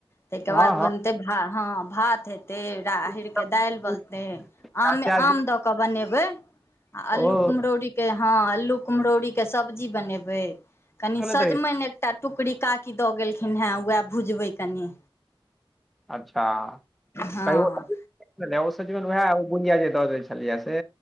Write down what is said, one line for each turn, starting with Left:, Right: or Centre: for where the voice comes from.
Left: तैके
Centre: हँ
Left: बाद
Centre: हँ
Left: बनतै
Centre: की
Left: भ, हँ भात भात हेतै राहरि
Centre: सब
Left: के
Centre: देने
Left: दालि
Centre: रही?
Left: बनतै,
Centre: प्याज
Left: आम मे
Centre: त्याज
Left: आम
Centre: देने?
Left: द के के बनेबै, आ अल्लू
Centre: ओ
Left: कुम्हरौरी के, हं अल्लू कुम्हरौरी के सब्जी बनेबै बनेबै, कने
Centre: चलैत
Left: सजमनि
Centre: रहै
Left: एकटा टुकड़ी काकी द गेलखिनहे, वैह भुजबै कनिये
Centre: अच्छा,
Left: हँ
Centre: त ओ, सजमनि वैह, ओ बुढ़िया जे द गेल छलैये से